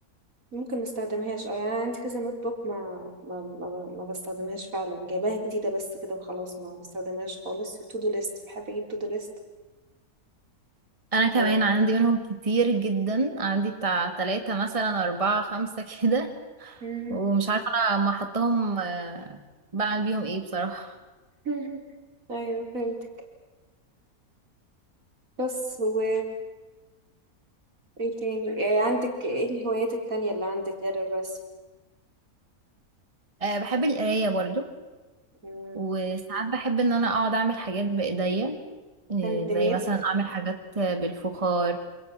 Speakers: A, on the right; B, on the right.
A: ممكن ما استخدمهاش اه يعني انا عندي كذا نوت بوك ما ما ما, ما بستخدمهاش فعلا جايباها جديده بس كده وخلاص ما بستخدمهاش خالص وتو دو ليست بحب اجيب تو دو ليست
B: انا كمان
A: ايه
B: عندي منهم كتير جدا عندي بتاع تلاتة مثلا اربعة خمسة كده
A: مهم.
B: ومش عارفة انا ما حطهم آه، بعمل بيهم ايه بصراحة
A: <laughs> مهم. ايوه فهمت بس و ايه تاني إيه عندك ايه الهوايات التانية اللي عندك غير الرسم
B: <laughs> آه، بحب القراية برضو
A: مم،
B: وساعات بحب ان انا اقعد اعمل حاجات بايديا آه،
A: هاند
B: زي
A: ميد
B: مثلا اعمل حاجات آه، بالفخار